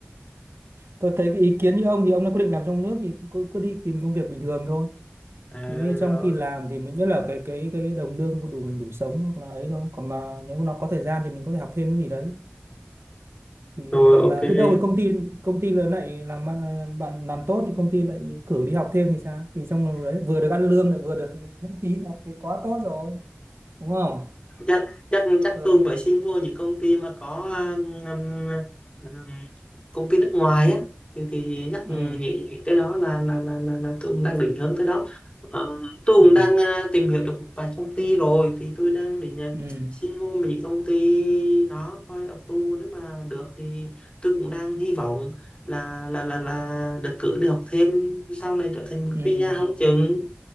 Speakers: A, on the right; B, on the left.
A: tôi thấy cái ý kiến như ông thì ông đã quyết định làm trong nước thì cứ cứ đi tìm công việc bình thường thôi
B: À,
A: thì nên
B: rồi
A: trong khi làm thì mình nhất là cái cái cái đồng lương có đủ mình đủ sống hoặc là ấy thôi còn mà nếu mà nó có thời gian thì mình có thể học thêm cái gì đấy thì
B: rồi
A: hoặc
B: ok
A: là biết
B: <laughs>
A: đâu là công ty công ty lớn lại làm ăn- bạn làm tốt thì công ty lại cử đi học thêm thì sao thì trong lúc đấy vừa được ăn lương lại vừa được miễn phí học thì quá tốt rồi đúng không
B: chắc chắc chắc
A: ờ,
B: tôi phải xin vô những công ty mà có um, um, um, công ty nước ngoài á thì thì chắc
A: ừ,
B: nghĩ cái đó là là là là, là tôi cũng đang định hướng tới đó Ờ, tôi cũng
A: ừ,
B: đang ờ, tìm hiểu được một vài công ty rồi thì tôi đang định ờ,
A: ừ,
B: xin vô những công ty đó coi approve nếu mà được thì tôi cũng đang hy vọng là là là là được cử đi học thêm sau này trở thành một
A: ừ,
B: PR không chừng